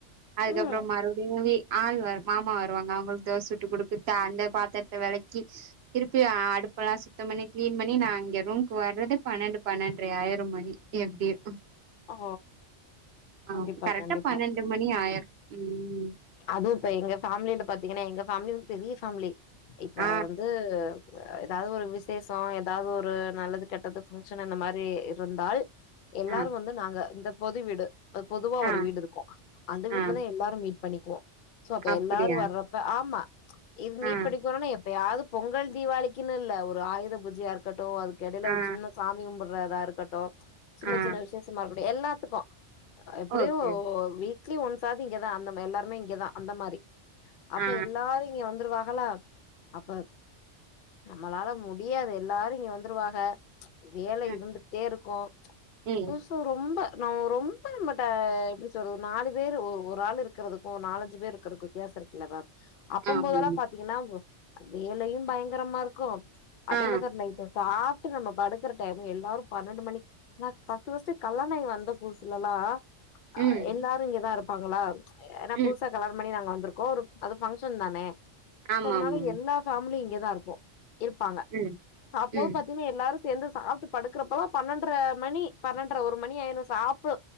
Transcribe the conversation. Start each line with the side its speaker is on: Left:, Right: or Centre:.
Right: அதுக்கப்றோ
Left: ம்
Right: மறுபடியுமே ஆள் வர மாமா வருவாங்க அவுங்களுக்கு தோச சுட்டு குடுத்துட்டு அந்த பாத்தரத்த வெலக்கி திருப்பி அடுப் இப்பல்லா சுத்தம் பண்ணி கிளீன் பண்ணி நா இங்க ரூம்க்கு வர்றது பன்னெண்டு பன்னெண்ட்ர ஆயிரு மணி எப்டியு
Left: ஓ
Right: ஆ
Left: கண்டிப்பா
Right: கரெக்டா
Left: கண்டிப்பா
Right: மணி ஆயிரும். ம்.
Left: அதுவு இப்ப எங்க ஃபேமிலில பாத்தீங்கன்னா எங்க ஃபேமிலியு பெரிய ஃபேமிலி இப்ப
Right: ஆ,
Left: வந்து ஏதாவது ஒரு விசேஷ ஏதாவது ஒரு நல்லது கெட்டது ஃபங்க்ஷன் அந்த மாரி இருந்தால் எல்லாரும்
Right: ஆ,
Left: வந்து நாங்க இந்த பொது வீடு இப்ப பொதுவா ஒரு
Right: ஆ,
Left: வீடு இருக்கும் அந்த வீட்லதா
Right: ஆ.
Left: எல்லாரு மீட் பண்ணிக்குவோ சோ அப்ப
Right: அப்படியா?
Left: எல்லாரு வர்றப்ப ஆமா இது மீட்
Right: ஆ,
Left: பண்ணிக்கோணுன்னா எப்பயாது பொங்கல் தீபாளளிக்குன்னு இல்ல ஒரு ஆயுத பூஜையா இருக்கட்டு அதுக்கு எடையில ஒரு
Right: ஆ,
Left: சின்ன சாமி கும்புட்றதா இருக்கட்டு சின்ன
Right: ஆ.
Left: சின்ன விசேஷமா இருக்கட்டு எல்லாத்துக்கு எப்டியு
Right: ஓகே.
Left: ஓ வீக்லி ஒன் சாது இங்கதா அந்தமா எல்லாருமே இங்கதா அந்தமாரி அப்ப
Right: ஆ
Left: எல்லாரு இங்க வந்துருவாங் ல்லா அப்ப நம்மளால முடியாது எல்லாரு இங்க வந்துருவாக வேலை
Right: ம்
Left: இருந்துட்டே இருக்கு
Right: ம்
Left: டுசு ரொம்ப நா ரொம்ப நம்மட்ட எப்டி சொல்றது நாலு பேரு ஒரு ஒரு ஆளு இருக்கறதுக்கும் நாலஞ்சு பேர் இருக்கறதுக்கு வித்தியாச இருக்குல்லவா அப்பம்
Right: ஆமாமா
Left: போதெல்லா பாத்தீங்கன்னா‌ வே வேலையு பயங்கரமா இருக்கு அதே
Right: ஆ
Left: மாரிதா நைட்டு சாப்ட்டு நம்ம படுக்கிற டைம் எல்லாரு பன்னெண்டு மணிக் நக் ஃபஸ்ட்டு ஃபஸ்ட்டு கல்யாணாயி வந்த புதுசலல்லா ஆ
Right: ம்
Left: எல்லாரு இங்கதா இருப்பாங்களா ஏன்னா புதுசா
Right: ம்
Left: கல்யாணம் பண்ணி நாங்க வந்துருக்கோ ஒரு அது ஃபங்க்ஷன் தானே
Right: ஆமாமா
Left: க்கதுனால எல்லா ஃபேமிலியும் இங்கதா இருக்கு இருப்பாங்க
Right: ம்
Left: அப்போ வந்து
Right: ம்
Left: பாத்தீங்கன்னா எல்லாரு சேந்து சாப்ட்டு படுக்கறப்பல்லா பன்னெண்ட்ர மணி பன்னெண்ட்ர ஒரு மணி ஆயிரு சாப்டு